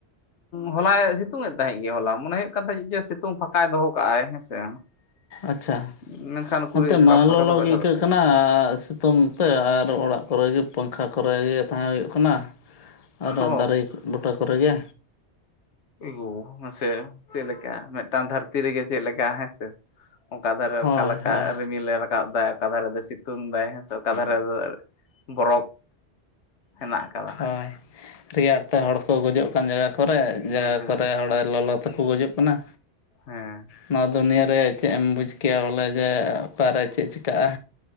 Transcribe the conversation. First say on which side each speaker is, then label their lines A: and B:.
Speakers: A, on the left (about 85°); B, on the left (about 40°).
A: ᱦᱚᱞᱟᱭ ᱥᱤᱛᱩᱝ ᱮᱫ ᱛᱟᱦᱮᱸᱫ ᱜᱮ ᱦᱚᱞᱟ ᱢᱚᱱᱮ ᱦᱩᱭᱩᱜ ᱠᱟᱱ ᱛᱟᱦᱮᱸᱫ ᱡᱮ ᱥᱤᱛᱩᱝ ᱯᱷᱟᱸᱠᱟᱭ ᱫᱚᱦᱚ ᱠᱟᱜ-ᱟᱭ ᱦᱮᱸᱥᱮ
B: ᱟᱪᱪᱷᱟ
A: ᱢᱮᱱᱠᱷᱟᱱ ᱩᱠᱩᱨᱤᱡ
B: ᱱᱚᱛᱮ
A: ᱚᱱᱠᱟ
B: ᱢᱟ
A: ᱯᱷᱟᱸᱠᱟ
B: ᱞᱚᱞᱚ
A: ᱫᱚ ᱵᱟᱭ
B: ᱜᱮ
A: ᱫᱚᱦᱚ
B: ᱟᱹᱭᱠᱟᱹᱜ
A: ᱞᱮᱫᱟ
B: ᱠᱟᱱᱟ ᱥᱤᱛᱩᱝ ᱛᱮ ᱟᱨ ᱚᱲᱟᱜ ᱠᱚᱨᱮᱜᱮ ᱯᱟᱝᱠᱷᱟ ᱠᱚᱨᱮᱜᱮ ᱛᱟᱦᱮᱸ ᱦᱩᱭᱩᱜ ᱠᱟᱱᱟ ᱟᱨ
A: ᱚ
B: ᱫᱟᱨᱮ ᱵᱩᱴᱟᱹ ᱠᱚᱨᱮᱜᱮ
A: ᱟᱹᱜᱩ ᱢᱟᱥᱮ ᱪᱮᱫᱞᱮᱠᱟ ᱢᱤᱫᱴᱟᱝ ᱫᱷᱟᱹᱨᱛᱤ ᱨᱮᱜᱮ ᱪᱮᱫᱞᱮᱠᱟ ᱦᱮᱸᱥᱮ ᱚᱠᱟᱫᱷᱟᱨᱮ
B: ᱦᱳᱭ
A: ᱚᱠᱟᱞᱮᱠᱟ
B: ᱦᱳᱭ
A: ᱨᱤᱢᱤᱞ ᱨᱟᱠᱟᱵ ᱫᱟᱭ ᱚᱠᱟ ᱫᱷᱟᱨᱮ ᱫᱚᱭ ᱥᱤᱛᱩᱝ ᱫᱟᱭ ᱦᱮᱸ ᱥᱮ ᱚᱠᱟ ᱫᱷᱟᱨᱮ ᱫᱚ ᱜᱚᱨᱚᱢ ᱦᱮᱱᱟᱜ ᱟᱠᱟᱫᱟ
B: ᱦᱳᱭ ᱨᱮᱭᱟᱲ ᱛᱮ ᱦᱚᱲ ᱠᱚ ᱜᱚᱡᱩᱜ ᱠᱟᱱ ᱡᱟᱭᱜᱟ ᱠᱚᱨᱮ
A: ᱦᱮᱸ
B: ᱡᱟᱭᱜᱟ
A: ᱦᱮᱸ
B: ᱠᱚᱨᱮ ᱦᱚᱲ ᱞᱚᱞᱚ ᱛᱮᱠᱚ ᱜᱚᱡᱩᱜ ᱠᱟᱱᱟ ᱯᱚᱱᱟ
A: ᱦᱮᱸ
B: ᱱᱚᱣᱟ ᱫᱩᱱᱭᱟᱹᱨᱮ ᱪᱮᱫ ᱮᱢ ᱵᱩᱡᱽ ᱠᱮᱭᱟ ᱵᱚᱞᱮ ᱡᱮ ᱚᱠᱟᱨᱮ ᱪᱮᱫ ᱪᱤᱠᱟᱹᱜ-ᱟ